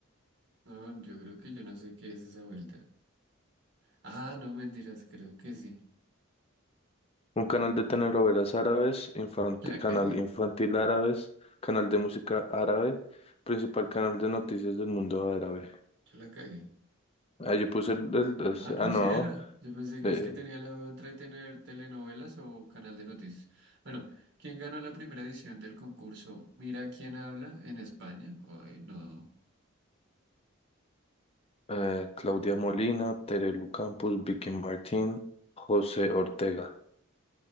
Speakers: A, on the right; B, on the left.
A: no, yo creo que yo no sé qué es esa vuelta. Ah, no, mentiras, creo que sí.
B: Un canal de telenovelas árabes, infanti-
A: <laughs> La
B: canal
A: cagué,
B: infantil árabes, canal de música árabe, principal canal de noticias del mundo árabe.
A: yo la cagué.
B: Ah, yo puse el, el- es-
A: Ah, no,
B: ah, no,
A: sí era. Yo pensé que
B: eh,
A: es que tenía la duda entre tener telenovelas o canal de noticias. Bueno, ¿quién ganó la primera edición del concurso? Mira quién habla en España. Ay, no,
B: eh, Claudia Molina, Terelu Campos, Vicky Martín, José Ortega,